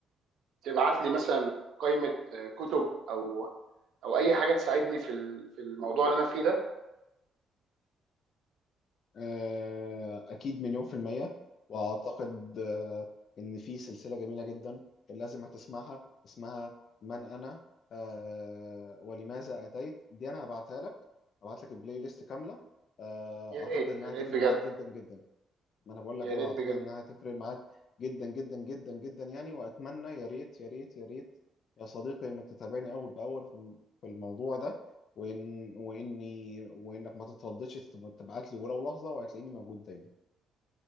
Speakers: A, on the right; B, on the left.
A: تبعت لي مثلا قائمه آه، كتب او او اي حاجه تساعدني في ال- في الموضوع اللي انا فيه ده
B: آه، أكيد مليون في المية وأعتقد آه، إن في سلسلة جميلة جدا كان لازم هتسمعها اسمها من أنا آه، ولماذا أتيت دي أنا هبعتها لك هبعت لك البلاي ليست كاملة آه،
A: يا ريت
B: أعتقد إنها
A: يا ريت
B: هتفرق
A: بجد
B: معاك جدا جدا ما انا بقول
A: يا
B: لك انا
A: ريت بجد
B: اعتقد انها هتفرق معاك جدا جدا جدا جدا يعني واتمنى يا ريت يا ريت يا ريت يا صديقي انك تتابعني اول باول في الم- في الموضوع ده وان واني وانك ما تترددش تبعت لي ولو لحظه وهتلاقيني موجود دايما